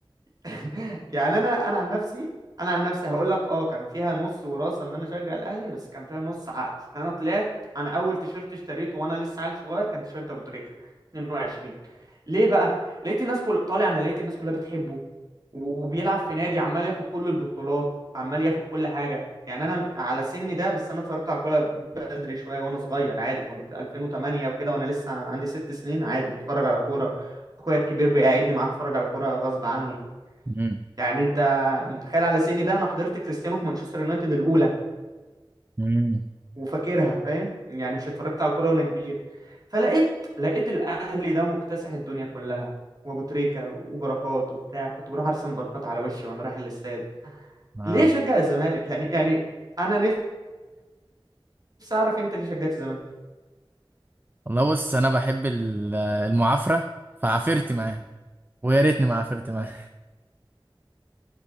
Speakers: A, on the right; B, on the right.
A: <laughs> يعني انا انا عن نفسي انا عن نفسي هقول لك اه كان فيها نص وراثه ان انا اشجع الاهلي بس كان فيها نص عقل انا طلعت انا اول تيشيرت اشتريته وانا لسه عيل صغير كان تيشيرت ابو تريكه 22 ليه بقى لقيت الناس كل طالع انا لقيت الناس كلها بتحبه وبيلعب في نادي عمال ياخد كل البطولات عمال ياخد كل حاجه يعني انا على سني ده بس انا اتفرجت على الكوره بدري شويه وانا صغير عادي كنت 2008 وكده وانا لسه عندي ست سنين عادي بتفرج على كوره اخويا الكبير بيقعدني معاه اتفرج على كوره غصب عني
B: مم.
A: يعني انت متخيل على سني ده انا حضرت كريستيانو في مانشستر يونايتد الاولى
B: مم.
A: وفاكرها فاهم يعني مش اتفرجت على الكوره وانا كبير فلقيت لقيت الاهلي ده مكتسح الدنيا كلها وابو تريكه وبركات وبتاع كنت بروح ارسم بركات على وشي وانا رايح الاستاد
B: اه
A: ليه شجع الزمالك يعني يعني انا نفسي اعرف انت ليه شجعت الزمالك
B: والله بص انا بحب ال- المعافره فعافرت معاه ويا ريتني ما عفرت معاه